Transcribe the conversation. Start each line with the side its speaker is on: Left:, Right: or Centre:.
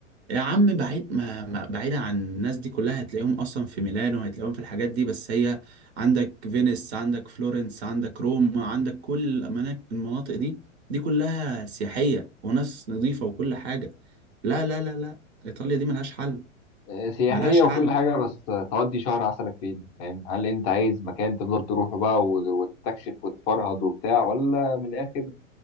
Right: يا عم بعيد ما ما- بعيدة عن الناس دي كلها هتلاقيهم أصلا في ميلانو هتلاقيهم في الحاجات دي بس هي عندك فينيس عندك فلورنس عندك روما عندك كل الأماكن المناطق دي دي كلها سياحية وناس نظيفة وكل حاجة لا لا لا لا إيطاليا دي ملهاش حل
Left: آه، سياحية
Right: ملهاش حل
Left: وكل حاجة بس آه، تقضي شهر عسلك فين فاهم هل أنت عايز مكان تفضل تروحه بقى و- وتستكشف وتفرهد وبتاع ولا من الآخر